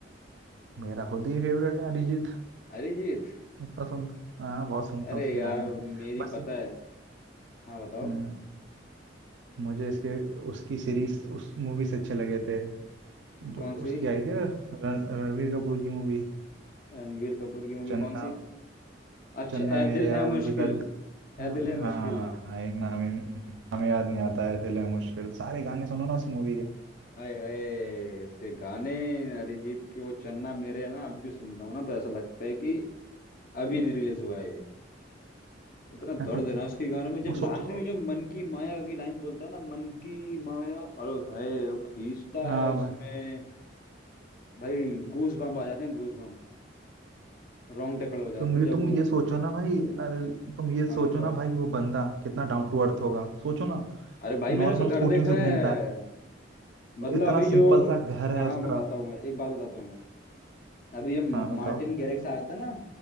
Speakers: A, on the right; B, on the left.
A: मेरा खुद ही फेवरेट है अरिजीत
B: अरिजीत
A: इतना सुनता हाँ बहुत सुनता
B: अरे
A: हूँ उसके
B: यार
A: गाने
B: मेरी
A: बस
B: पता है हाँ बताओ
A: हम्म मुझे इसके उसकी सीरीज उस मूवी से अच्छे लगे थे जो
B: कौन
A: उसकी
B: सी
A: आई थी रण- रणवीर कपूर की मूवी
B: रणवीर कपूर की मूवी
A: चन्दा
B: कौन सी अच्छा
A: चंदा मेरेया
B: ए दिल है
A: मूवी
B: मुश्किल
A: था
B: ए
A: हाँ
B: दिल है
A: हाँ,
B: मुश्किल
A: एक नाम नाम याद नहीं आता है दिल है मुश्किल सारे गाने सुनो ना उस मूवी के
B: आए हाय उसके गाने अरिजीत के वो चन्ना मेरे है ना अब भी सुनता हूँ ना तो ऐसा लगता है कि अभी रिलीज हुआ है ये इतना
A: <laughs>
B: दर्द है ना उसके गानों में जब
A: वो सोचो
B: लास्ट में जो मन की माया की लाइन बोलता है ना मन की माया और हाय वो खींचता
A: हाँ
B: है उसमें
A: भाई
B: भाई गूज बम्प आ जाते हैं गूज बम्प रोंगटे खड़े हो जाते
A: तुम
B: हैं
A: ये
B: जब
A: तुम
B: वो
A: ये सोचो ना भाई अरे तुम ये सोचो
B: हाँ बताओ
A: ना भाई वो बंदा कितना डाउन टू अर्थ होगा सोचो ना
B: अरे भाई मैंने
A: नॉर्मल
B: उसका घर
A: स्कूटियों
B: देखा
A: से
B: है
A: घूमता
B: मतलब
A: है इतना
B: अभी जो
A: सिंपल सा घर है
B: हाँ हाँ
A: उसका
B: बताता हूँ मैं एक बात बताता हूँ मैं अभी जब म-
A: हाँ बताओ
B: मार्टिन गैरिक्स आया था ना